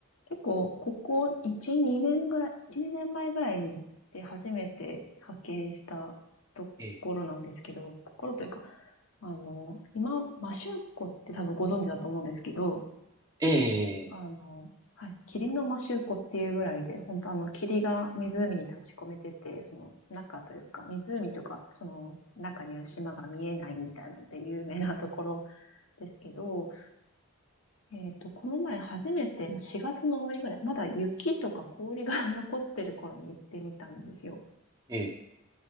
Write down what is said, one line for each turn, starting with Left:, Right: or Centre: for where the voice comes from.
Left: 結構、ここ1、2年ぐらい、1、2年前ぐらいに行って初めて派遣したところなんですけど、
Right: え
Left: ところというか、あの、今、マシューコって多分ご存知だと思うんですけど、
Right: え、ええ、
Left: あの、はい、霧のマシューコっていうぐらいで、本当あの、霧が湖に立ち込めてて、その中というか、湖とか、その中にある島が見えないみたいなので有名なところですけど、えっと、この前初めて、ま、4月の終わりぐらい、まだ雪とか氷が <laughs> 残ってる頃に行ってみたんですよ。
Right: ええ、